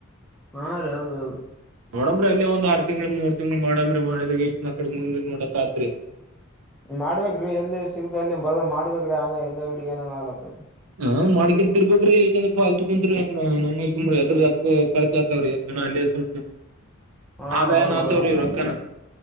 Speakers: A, in the centre; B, on the right.
A: ಹಾ, ರಿ ಹೌದೌದು
B: ನೋಡಂಬ್ರಿ ಅಲ್ಲಿ ಒಂದ ಆರ್ ತಿಂಗಳ, ಮೂರ್ ತಿಂಗಳು ಮಾಡಂಬ್ರಿ ಮಾಡಿಗೆಸಿಂದ ಆ ಕಡೆ ಮುಂದ್ ನೋಡಕ ಆತದ್ರಿ.
A: ಮಾಡ್ಬೇಕ್ರಿ ಎಲ್ಲಿ ಸಿಗುತ್ತದ ಅಲ್ಲಿ ಬಗನ ಮಾಡ್ಬೇಕ್ರೀ ಆದ ಹಿಂದ ಗಡಿಗಿಏನನಾನಾಗಲ್ಕರಿ.
B: ಹಾ, ಮಾಡ್ಕಕಂತ ಇರಬೇಕ್ರಿ ಇಲ್ಕಂದ್ರ ಪಾಲ್ ತಕುಂತ್ರ <unintelligible> ನಮ್ಮ ಸು ಯದ ಕರ್ಚಾತವರಿ <unintelligible> ನಏ ಅಲ್ಲಿ ಸ್ವಲ್ಪ
A: ಹಾ
B: ಆದಾಯನು
A: ಹೌದೌದು
B: ಆತವ್ರಿ ರೊಕ್ಕನ